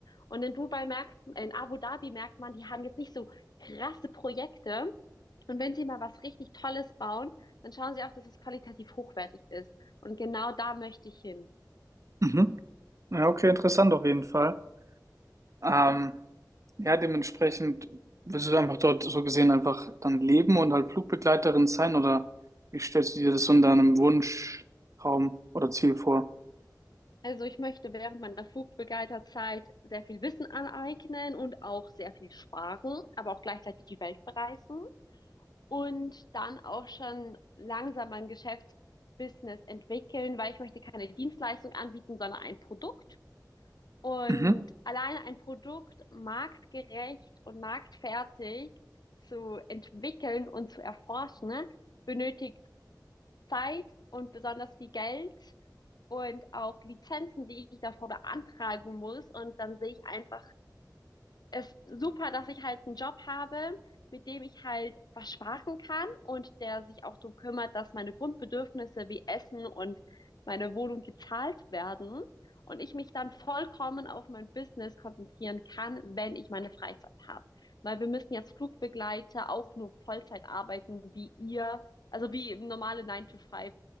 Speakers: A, on the left; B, on the right.
A: Und in Dubai merkt, in Abu Dhabi merkt man, die haben jetzt nicht so krasse Projekte. Und wenn sie mal was richtig Tolles bauen, dann schauen sie auch, dass es qualitativ hochwertig ist. Und genau da möchte ich hin.
B: Mhm. Ja, okay, interessant auf jeden Fall. Ähm, ja, dementsprechend willst du einfach dort so gesehen einfach dann leben und halt Flugbegleiterin sein oder wie stellst du dir das so in deinem Wunschtraum oder Ziel vor?
A: Also ich möchte während meiner Flugbegleiterzeit sehr viel Wissen aneignen und auch sehr viel sparen, aber auch gleichzeitig die Welt bereisen und dann auch schon langsam mein Geschäftsbusiness entwickeln, weil ich möchte keine Dienstleistung anbieten, sondern ein Produkt. Und
B: Mhm.
A: alleine ein Produkt marktgerecht und marktfertig zu entwickeln und zu erforschen, ne, benötigt Zeit und besonders viel Geld und auch Lizenzen, die ich davor beantragen muss. Und dann sehe ich einfach, es ist super, dass ich halt einen Job habe, mit dem ich halt was sparen kann und der sich auch darum kümmert, dass meine Grundbedürfnisse wie Essen und meine Wohnung gezahlt werden. Und ich mich dann vollkommen auf mein Business konzentrieren kann, wenn ich meine Freizeit habe. Weil wir müssen jetzt Flugbegleiter auch nur Vollzeit arbeiten, wie ihr, also wie normale nine to five